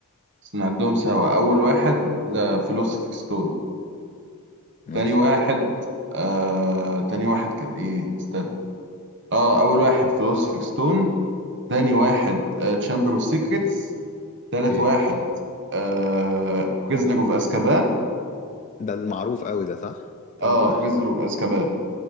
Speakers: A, on the right (about 55°); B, on the left (about 35°).
A: بس نعدهم سوا اول واحد ذا فيلوسوفر ستون
B: ماشي
A: تاني واحد آه... تاني واحد كان ايه استنى اه اول واحد فيلوسوفر ستون تاني واحد تشامبر اوف سيكريتس تالت
B: ايه
A: واحد آه... بريزنر اوف اسكابان
B: ده المعروف قوي ده صح تالت
A: اه
B: واحد
A: بريزنر
B: ده.
A: اوف اسكابان